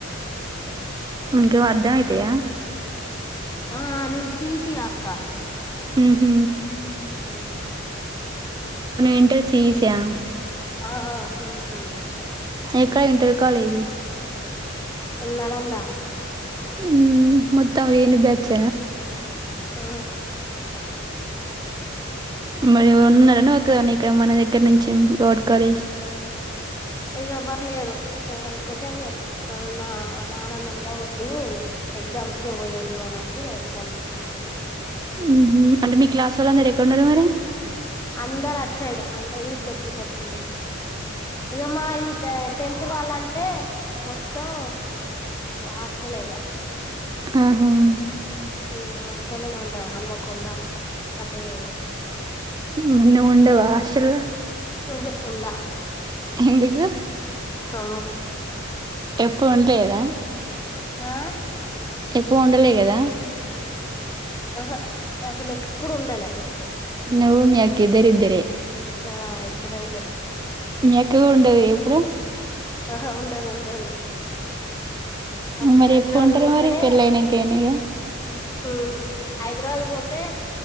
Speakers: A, on the right; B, on the left.
A: ఇంకా అర్ధం అయితయా
B: ఆ నేను సీసీ గా అక్క
A: ఉహ్మ
B: ఆ
A: ఇంటర్ సీఈసీ ఆ
B: ఆ ఆ సీఈసీ నే
A: ఎక్కడ ఇంటర్ కాలేజీ
B: నలంద
A: హ్మ్ మత్తవ ఏను బ్యా చ్చ
B: ఓ
A: మరి ఎవ ఉన్నారని ఒకని ఇక్కడ మన దగ్గర నుంచి గడ్ కాలేజ్
B: ఇక ఎవ్వరు లేరు అందుకోసమ నా నాన్నన్నడుగా వద్దు ఎగ్జామ్స్కే పోయొద్దు అని అంటే ఇక ఎగ్జామ్స్కే పోతాను
A: ఉహ్మ అంటే మీ క్లాస్ వాళ్ళందరు ఎక్కడన్నారు మరి
B: అందరు అటు సైడు అంటే ఈద్ లో పూసపల్లి ఇగ మా ఇ టెన్త్ వాళ్ళ అంటే మొత్తం హాస్టల్ ఇగ
A: ఉ హ్మ్మ్
B: హ్మ్ హాస్టల్లోనే ఉంటారు హంమకుండా అట్టేళ
A: మన్నముండవా అషల్
B: ఉహు ఉండ
A: ఎందుకు
B: ఓ
A: ఎప్పుడు ఉండలేదా
B: ఆ
A: ఎప్పు ఉండలే గదా
B: ఆహా నేన్ అసలు ఎప్పుడు ఉండలే
A: నువ్వు మీ అక్క ఇద్దరు ఇద్దరే
B: ఆ ఇద్దరు ఇద్దరే
A: మెక్కగూడ ఉంటది ఎప్పుడు
B: ఆహా ఉండదు ఉండదు అప్పుడు
A: మరి
B: హైదరాబాద్
A: ఎప్పుడు ఉంటారు
B: పోతానే
A: మరి పెళ్ళి అయినాకైనా ఇగ
B: ఉహ్మ హైదరాబాద్ పోతే